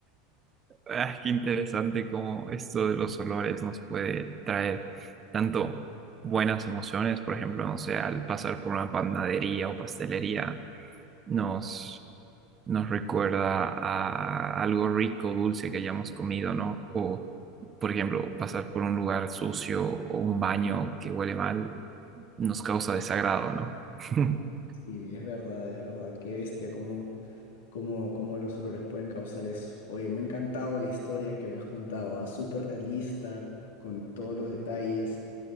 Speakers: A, on the right; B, on the left.
A: Ah, qué interesante cómo esto de los olores nos puede traer tanto buenas emociones, por ejemplo, no sé, al pasar por una panadería o pastelería, nos, nos recuerda a algo rico, dulce que hayamos comido, ¿no? O, por ejemplo, pasar por un lugar sucio o un baño que huele mal, nos causa desagrado, ¿no? <laughs>
B: Sí, es verdad, es verdad. Qué bestia, como cómo, cómo los olores pueden causar eso. Oye, me ha encantado la historia que me has contado, ah, súper realista, con todos los detalles